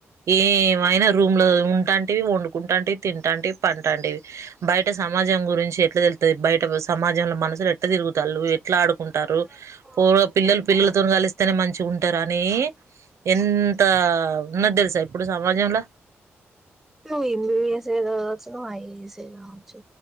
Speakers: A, on the right; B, in the centre.
A: ఏమైనా రూమ్ లో ఉంటాంటివి వండుకుంటాంటివి తింటాంటివి పంటాంటివి బయట సమాజం గురించి ఎట్ల తెల్తది బయట సమాజంలో మనుషులు ఎట్ల తిరుగుతాళ్ళు ఎట్ల ఆడుకుంటాళ్ళు
B: ఎక్కువ
A: పో పిల్లలు
B: నీకు
A: పిల్లలతో కలిస్తేనే మంచిగ ఉంటరని ఎంత ఉన్నది తెలుసా ఇప్పుడు సమాజంల
B: నువ్వు యం బి బి ఎస్ ఏ కావచ్చు నువ్ ఐ ఏ ఎస్ ఏ కావచ్చు